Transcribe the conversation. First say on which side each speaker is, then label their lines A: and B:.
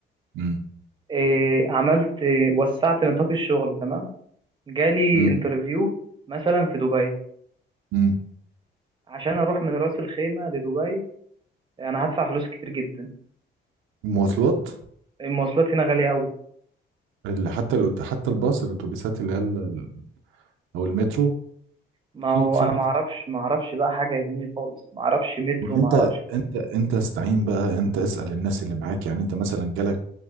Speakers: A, on the right (about 85°); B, on the right (about 25°).
A: امم
B: إيه عملت إيه وسعت نطاق الشغل تمام جالي
A: امم
B: انترفيو مثلا في دبي
A: امم
B: عشان اروح من راس الخيمة لدبي انا هدفع فلوس كتير جدا
A: المواصلات
B: المواصلات هنا غالية قوي
A: اللي حتى لو حتى الباص الاتوبيسات اللي هي ال- ال- او المترو
B: ما
A: اكيد
B: هو
A: في
B: انا
A: مترو
B: ما اعرفش ما اعرفش بقى حاجه يا زميلي خالص ما اعرفش مترو
A: وانت
B: ما اعرفش
A: انت انت استعين بقى انت اسال الناس اللي معاك يعني انت مثلا جالك